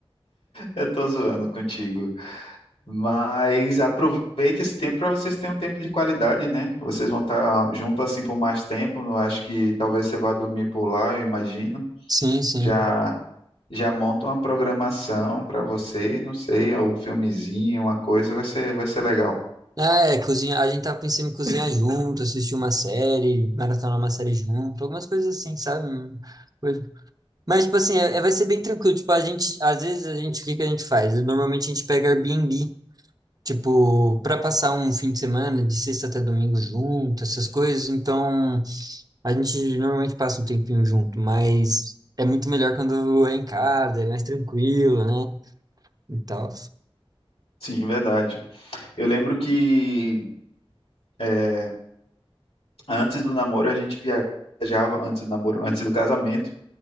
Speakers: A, on the left; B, on the right.
A: Eu tô zoando contigo. Mas aproveita esse tempo para vocês terem um tempo de qualidade, né? Vocês vão estar junto assim por mais tempo. Eu acho que talvez você vá dormir por lá, eu imagino.
B: Sim, sim.
A: Já já monta uma programação para vocês, não sei, um filmezinho, uma coisa, vai ser vai ser legal.
B: Ah, é, cozinhar. A gente tava pensando em cozinhar junto, assistir uma série, maratonar uma série junto, algumas coisas assim, sabe? Hum, coisa- Mas, tipo assim, é, é- vai ser bem tranquilo. Tipo, a gente, às vezes a gente, o que que a gente faz? Normalmente a gente pega Airbnb. Tipo, para passar um fim de semana, de sexta até domingo junto, essas coisas. Então, a gente normalmente passa um tempinho junto, mas é muito melhor quando é em casa, é mais tranquilo, né? E tal.
A: Sim, verdade. Eu lembro que é, antes do namoro a gente viajava, antes do namoro, antes do casamento,